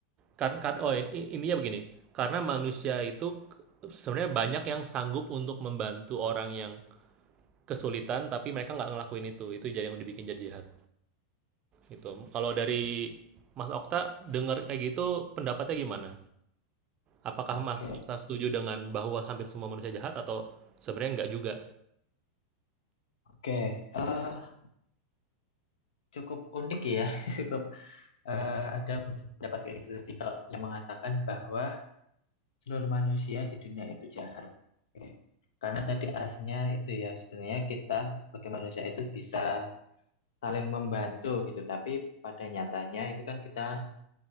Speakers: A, on the right; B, on the left.
A: Kan kan oh ini intinya begini, karena manusia itu sebenarnya banyak yang sanggup untuk membantu orang yang kesulitan tapi mereka nggak ngelakuin itu. Itu jadi yang dibikin jadi jahat gitu. Kalau dari Mas Okta dengar kayak gitu pendapatnya gimana? Apakah
B: Oke,
A: Mas Okta setuju dengan bahwa hampir semua manusia jahat atau sebenarnya nggak juga?
B: oke. Eh, cukup unik ya, <laughs> cukup eh, ada pendapat kayak gitu tadi kalau yang mengatakan bahwa seluruh manusia di dunia itu jahat. Oke. Karena tadi alasannya itu ya, sebenarnya kita sebagai manusia itu bisa saling membantu gitu, tapi pada nyatanya itu kan kita